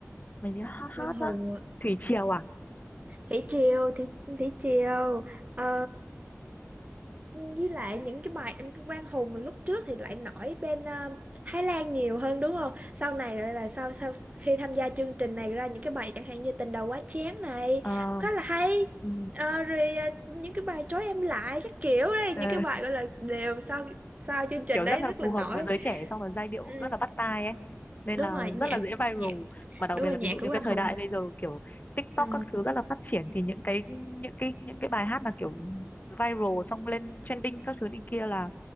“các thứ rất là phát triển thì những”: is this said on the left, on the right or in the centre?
Left